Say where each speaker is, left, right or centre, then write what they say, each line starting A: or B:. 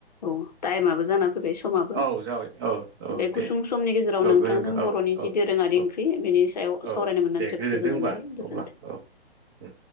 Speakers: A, on the left; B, on the right.
A: औ टाइमाबो जाना फैबाय समाबो
B: औ जाबाय औ औ
A: बे गुसुं
B: दे
A: समनि गेजेराव नोंथांजों
B: औ गोजोनथों
A: बर'नि
B: औ
A: जि
B: औ औ
A: दोरोङारि
B: औ
A: ओंख्रि बेनि सायाव
B: औ
A: सावरायनो मोननानै
B: दे
A: जोबोद
B: गोजोनथों
A: गोजोननाय
B: होनबा
A: मोनबाय गोजोन्थों
B: अब्ला औ उम